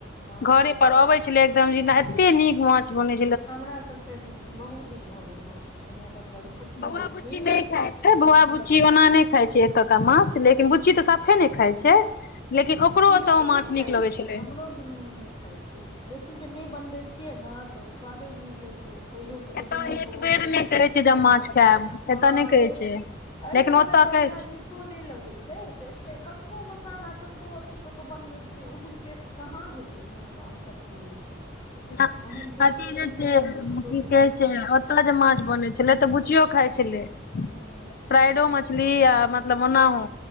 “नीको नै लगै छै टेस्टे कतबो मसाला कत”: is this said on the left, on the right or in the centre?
Left